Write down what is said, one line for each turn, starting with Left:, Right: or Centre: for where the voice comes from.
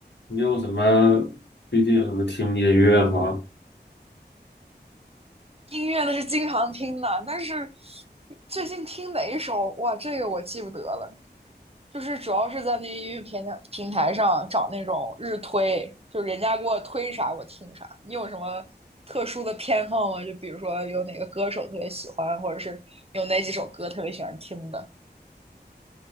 Left: 你有什么最近有什么听音乐吗？
Right: 音乐那是经常听的，但是最近听哪一首，哇，这个我记不得了。就是主要是在那音乐平台平台上找那种日推，就是人家给我推啥我听啥。你有什么特殊的偏好吗？就比如说有哪个歌手特别喜欢，或者是有哪几首歌特别喜欢听的？